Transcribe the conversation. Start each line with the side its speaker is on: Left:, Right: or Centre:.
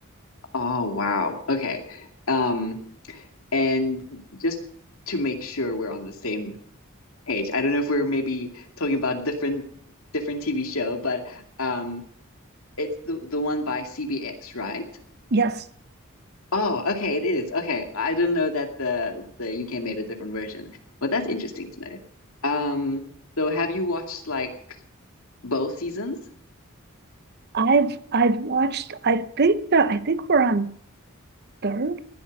Left: Oh, wow. Okay. Um, and just to make sure we're on the same page, I don't know if we're maybe talking about different different TV show, but um It's the the one by CBS, right?
Right: Yes,
Left: Oh, okay, it is. Okay. I didn't know that the the UK made a different version. But that's interesting to know. Um, so have you watched like both seasons?
Right: I've I've watched. I think that I think we're on third.